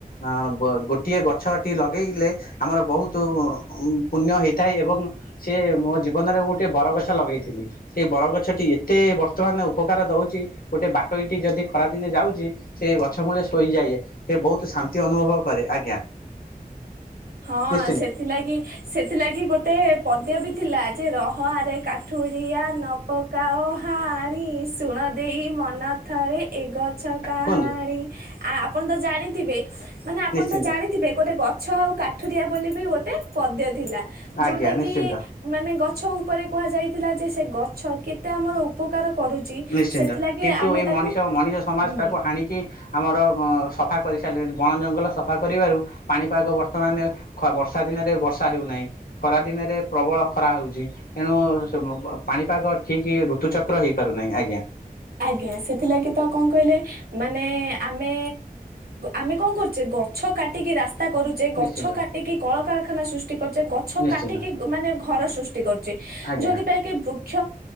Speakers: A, on the left (about 70°); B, on the right (about 85°).
A: ଅ ଗୋଟିଏ ଗଛଟି ଲଗେଇଲେ ଆମର ବହୁତ ପୁଣ୍ୟ ହେଇଥାଏ। ଏବଂ ସେ ମୋ ଜୀବନରେ ମୁ ଗୋଟେ ବରଗଛ ଲଗେଇଥିଲି। ସେ ବରଗଛଟି ଏତେ ବର୍ତ୍ତମାନ ଉପକାର ଦଉ ଗୋଟେ ବାଟୋଇଟି ଯଦି ଖରା ଦିନେ ଯାଉଛି। ସେ ଗଛ ମୂଳେ ଶୋଇଯାଏ। ସେ ବହୁତ ଶାନ୍ତି ଅନୁଭବ କରେ। ଆଜ୍ଞା।
B: ହଁ
A: ନିଶ୍ଚିନ୍ତ
B: ସେଥିଲାଗି ସେଥିଲାଗି ଗୋଟେ ପଦ୍ୟ ବି ଥିଲା। ଯେ ରହରେ କାଠୁରିଆ ନ ପକାଓ ହାଣି ଶୁଣ ଦେଇ ମନ ଥରେ ଏଗ ଛ କାହାଣୀ
A: କୁହନ୍ତୁ
B: ଆ ଆପଣ ତ ଜାଣିଥିବେ। ମାନେ ଆପଣ
A: ନିଶ୍ଚିନ୍ତ
B: ତ ଜାଣିଥିବେ। ଗୋଟେ ଗ ଗଛ ଆଉ କାଠୁରିଆ ବୋଲି ବି ଗୋଟେ ପଦେତ୍ ଥିଲା ଯୋଉଟା
A: ଆଜ୍ଞା ନିଶ୍ଚିନ୍ତ।
B: କି ମାନେ ଗଛ ଉପରେ କୁହାଯାଇଥିଲା ଯେ ସେ ଗଛ କେତେ ଆମର ଉପକାର କରୁଛି
A: ନିଶ୍ଚିନ୍ତ
B: ସେଥିଲାଗି
A: କିନ୍ତୁ
B: ଆମେ
A: ଏଇ
B: ତାକୁ
A: ମଣିଷ ମଣିଷ ସମାଜ
B: ହୁଁ
A: ତାକୁ ହାଣିକି ଆମର ସଫା କରିସାରିଲେଣି। ବଣ ଜଙ୍ଗଲ ସଫା କରିବାରୁ ପାଣିପାଗ ବର୍ତ୍ତମାନ ବର୍ଷା ଦିନରେ ବର୍ଷା ହେଉନାହିଁ ଖରା ଦିନେ ପ୍ରବଳ ଖରା ହଉଛି ତେଣୁ ପାଣିପାଗ ଠିକ୍ ଋତୁଚକ୍ର ହେଇ ପାରୁନାହିଁ ଆଜ୍ଞା।
B: ଆଜ୍ଞା ସେଥିଲାଗି ତ କଣ କହିଲେ ମାନେ ଆମେ ଆମେ କଣ କରୁଛେ। ଗଛ କାଟିକି ରାସ୍ ତା କରୁଛେ ଗଛ
A: ନିଶ୍ଚିନ୍ତ
B: କାଟିକି କଳକାରଖାନା ସୃଷ୍ଟି କରୁଛେ। ଗଛ
A: ନିଶ୍ଚିନ୍ତ
B: କାଟିକି ମାନେ ଘର ସୃଷ୍ କରୁଚେ
A: ଆଜ୍ଞା
B: ଯୋଉଥିପାଇଁ କି ବୃକ୍ଷ